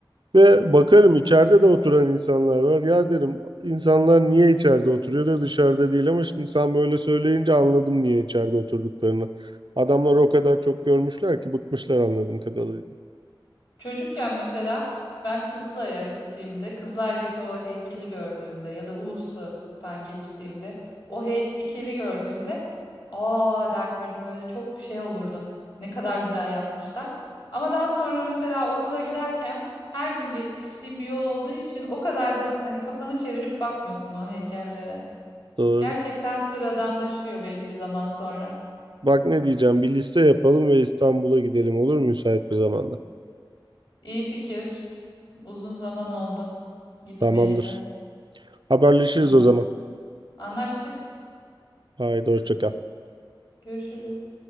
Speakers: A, on the right; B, on the left.
A: Ve bakarım içeride de oturan insanlar var. Ya derim insanlar niye içeride oturuyor da dışarıda değil ama şimdi sen böyle söyleyince anladım niye içeride oturduklarını. Adamlar o kadar çok görmüşler ki bıkmışlar anladığım kadarıyla.
B: Çocukken mesela ben Kızılay'a gittiğimde, Kızılay'daki o heykeli gördüğümde ya da Ulus'tan geçtiğimde o heykeli gördüğümde aa derdim böyle çok şey olurdum. Ne kadar güzel yapmışlar. Ama daha sonra mesela okula giderken her gün geçtiğim bir yol olduğu için o kadar da hani kafanı çevirip bakmıyorsun o heykellere.
A: Doğru.
B: Gerçekten sıradanlaşıyor belli bir zaman sonra.
A: Bak ne diyeceğim bir liste yapalım ve İstanbul'a gidelim olur mu müsait bir zamanda?
B: İyi fikir. Uzun zaman oldu gitmeyeli.
A: Tamamdır. Haberleşiriz
B: Tamam.
A: o zaman.
B: Anlaştık.
A: Haydi hoşça kal.
B: Görüşürüz.